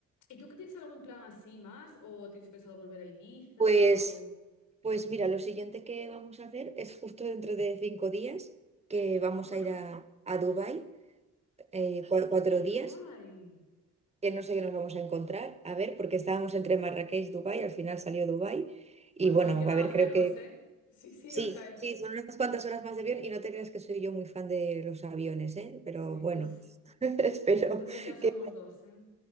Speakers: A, on the left; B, on the right.
A: ¿Y tú qué tienes algún plan así más? ¿O tienes pensado volver a Ibiza?
B: Pues,
A: O...
B: pues mira, lo siguiente que vamos a hacer es justo dentro de cinco días que vamos
A: Ah, bueno,
B: a ir a, a Dubái, eh, cua- cuatro
A: qué
B: días,
A: guay.
B: que no sé qué nos vamos a encontrar, a ver, porque estábamos entre Marrakech y Dubái, al final salió Dubái,
A: Bueno,
B: y bueno,
A: Dubái queda
B: va a haber
A: más
B: creo
A: lejos,
B: que
A: ¿eh? Sí, sí,
B: Sí,
A: o sea, el-
B: sí, son unas cuantas horas más de avión y no te creas que soy yo muy fan de los aviones, ¿eh? Pero
A: sí,
B: bueno,
A: uff.
B: <laughs> espero
A: Entonces ya somos
B: que
A: dos, ¿eh?